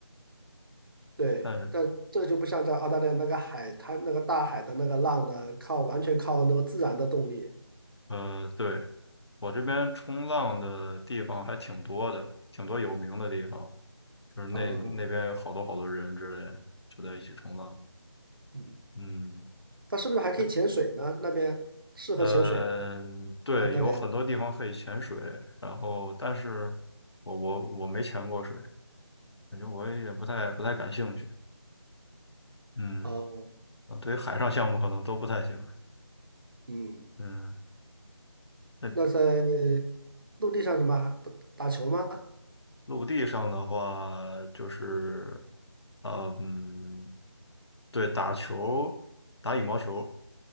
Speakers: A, on the right; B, on the left.
A: 对，
B: 但是
A: 但这个就不像在澳大利亚那个海滩、那个大海的那个浪呢，靠完全靠那个自然的动力。
B: 呃，对，我这边冲浪的地方还挺多的，挺多有名的地方，就是那那边有好多好多人之类的就在一起冲浪。
A: 哦，嗯，
B: 嗯，
A: 那是不是还可以潜水呢？
B: 嗯
A: 那边适合潜水吗？
B: 呃，对，
A: 澳大利亚？
B: 有很多地方可以潜水，然后但是我我我没潜过水。感觉我有点不太不太感兴趣。嗯，
A: 哦，
B: 啊，对于海上项目可能都不太行。
A: 嗯，
B: 嗯，那
A: 那在陆地上什么打打球吗？
B: 陆地上的话就是，呃嗯，对，打球，打羽毛球，